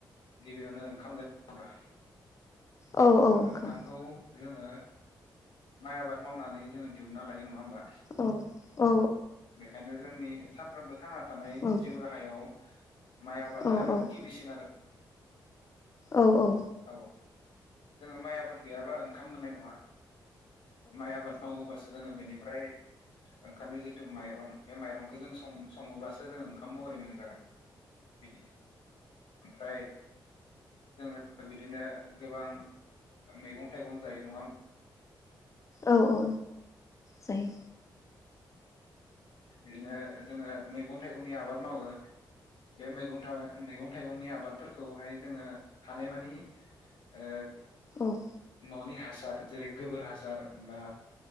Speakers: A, on the left; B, on the left.
A: गिबियावनो ओंखाम जायोबा
B: औ ओंखाम
A: ओंखामखौ जोङो माइ आबाद मावनानै जोङो दिहुनना लायो नङा होमबा?
B: औ औ
A: बेखायनो जोंनि सानफ्रोमबो थांना थानाय
B: औ
A: जिउ राहायाव माइ आबादा
B: औ औ
A: गिबिसिन आरो
B: औ औ।
A: औ जोङो माइ आबाद गैयाबा ओंखाम मोननाय नङा। माइ आबाद मावोबासो जोङो बेनिफ्राय ओंखारनाय जिथु माइरं बे माइरंखौ जों सं सङोबासो जोंङ ओंखाम महरै मोनजागोन बिदि ओमफ्राय जोङो बिदिनो गोबां मैगं थाइगं जायो नङा होम
B: औ औ जायो।
A: बिदिनो जोङो मैगं -थाइगंनि आबाद मावो। बे मैगं था मैगं थाइगंनि आबाद फोरखौहाय जोङो हानायमानि ओ
B: औ।
A: न'नि हासार जेरै गोबोर हासार बा